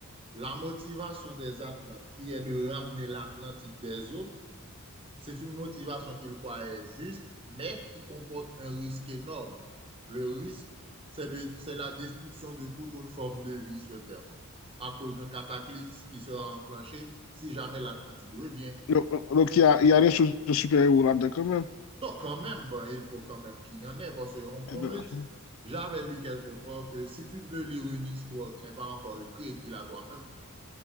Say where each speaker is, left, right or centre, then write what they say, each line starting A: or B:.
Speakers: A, on the right (about 25°); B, on the left (about 65°).
A: la motivation des Atlantes, qui est de ramener l'Atlantide des eaux, C'est une motivation qu'il croit juste, mais qui comporte un risque énorme. Le risque, c'est de- c'est la destruction de toute autre forme de vie sur Terre à cause d'un cataclysme qui sera enclenché si jamais l'Atlantide revient.
B: Donc, donc, il y a, il y a des choses de super-héros là-dedans quand
A: Donc, quand même, bon, il faut quand même qu'il y en ait parce qu'on on
B: même.
A: me dit, j'avais lu quelque part que si tu veux lire une histoire qui n'est pas encore écrite, écris-la toi-même.